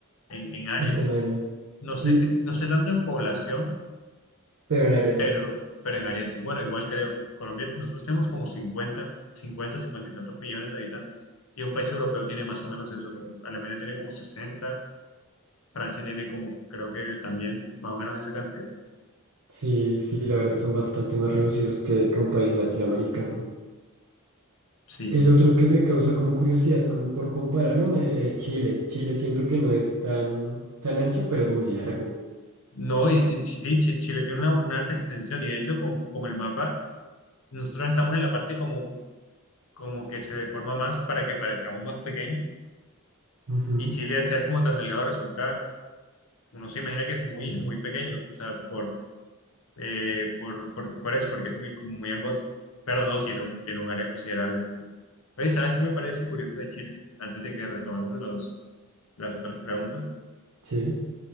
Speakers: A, on the left; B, on the right.
A: en, en área.
B: en tamaño.
A: No
B: Sí,
A: sé, te- no sé tanto en población,
B: pero en área sí.
A: pero, pero en área sí. Bueno, igual creo, Colombia, nosotros tenemos como cincuenta cincuenta 50 y tantos millones de habitantes. Y un país europeo tiene más o menos eso. creo. Alemania tiene como sesenta Francia tiene como, creo que también, más o menos esa cantidad.
B: Sí, sí, la verdad son bastante más reducidos que, que un país latinoamericano.
A: Sí.
B: El otro que me causa como curiosidad, como por compararlo, me- eh, Chile. Chile siento que no es tan, tan ancho, pero es muy largo.
A: No, y, y sí, sí, Chi- Chile tiene una, una alta extensión. Y de hecho, como, como el mapa, nosotros estamos en la parte como como que se deforma más para que parezcamos más pequeños
B: Ujú,
A: Y Chile, al ser como tan delgado, resulta, uno se imagina que es muy, muy pequeño, o sea, por, eh, por, por, por eso, porque es muy, como muy angosto, pero no, tiene un, tiene un área considerable también. Oye, ¿sabes qué me parece curioso de Chile? Antes de que retomemos los, las otras preguntas,
B: Sí,